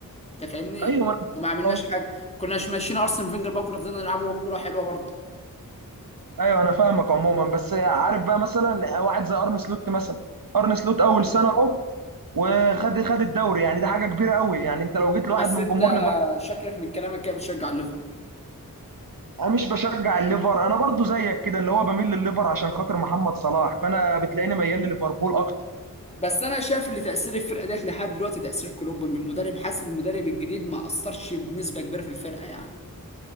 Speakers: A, on the left; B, on the right.
A: انت فاهمني
B: ايوه ما انا
A: وما عملناش
B: آه.
A: حاجه كنا مش ماشيين ارسن فينجر بقى كنا فضلنا نلعبه كوره حلوه برضه
B: ايوه انا فاهمك عموما بس عارف بقى مثلا واحد زي ارن سلوت مثلا ارن سلوت اول سنه اهو وخد خد الدوري يعني ده حاجه كبيره قوي يعني انت لو جيت لواحد
A: بس
B: من
A: انت
B: جمهور ليفربول
A: شكلك من كلامك كده بتشجع الليفر
B: انا مش بشجع الليفر انا برضو زيك كده اللي هو بميل للليفر عشان خاطر محمد صلاح فانا بتلاقيني ميال لليفربول اكتر
A: بس انا شايف ان تاثير الفرقه ديت لحد دلوقتي تاثير كلوب من مدرب حاسس إن المدرب الجديد ما اثرش بنسبه كبيره في الفرقه يعني